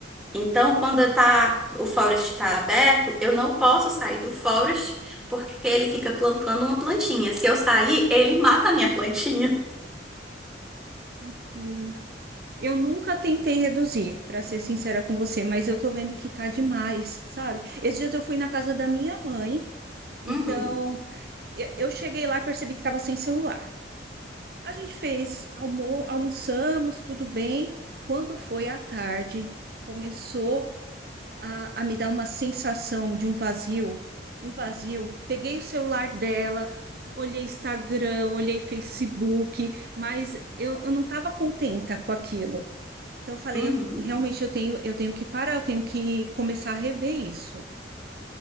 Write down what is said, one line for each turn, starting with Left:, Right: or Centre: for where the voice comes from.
Centre: Então, quando tá, o forest está aberto, eu não posso sair do forest porque ele fica plantando uma plantinha. Se eu sair, ele mata a minha plantinha. <laughs>
Right: Incrível. Eu nunca tentei reduzir, para ser sincera com você, mas eu tô vendo que tá demais, sabe? Esses dias eu fui na casa da minha mãe, então
Centre: Uhum,
Right: eu, eu cheguei lá e percebi que estava sem celular. A gente fez, almo, almoçamos, tudo bem. Quando foi à tarde, começou a, a me dar uma sensação de um vazio, um vazio. Peguei o celular dela, olhei Instagram, olhei Facebook, mas eu, eu não estava contenta com aquilo. Então eu falei,
Centre: uhum.
Right: eu, realmente eu tenho, eu tenho que parar, eu tenho que começar a rever isso.